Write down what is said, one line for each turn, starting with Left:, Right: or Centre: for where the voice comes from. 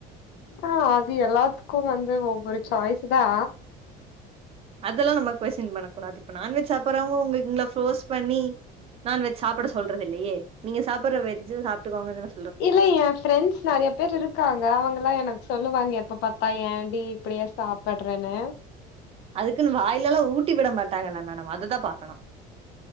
Left: ஓ அது எல்லாத் கு வந்து ஒவ்வொரு சாய்ஸ் தா
Right: இதெல்லா நம்ம கொஸின் பண்ணக்கூடாது இப்ப நான்வெஜ் சாப்படறவங்க உங் உங்கள ஃப்ரோஸ் பண்ணி நான்வெஜ் சாப்பட சொல்றது இல்லையே நீங்க சாப்படற வெஜ்ஜு சாப்ட்டுக்கோங்கன்தான
Left: இல்ல எ ஃப்ரெண்ட்ஸ் நெறைய பேர் இருக்காங்க அவங்கல்லா எனக் சொல்லுவாங்க எப்ப பாத்தா ஏண்டி இப்டியா சாப்படறேனு
Right: அதுக்குனு வாய்ல எல்லா ஊட்டி விட மாட்டாங்கல்ல மேடம் அதுதா பாக்கணு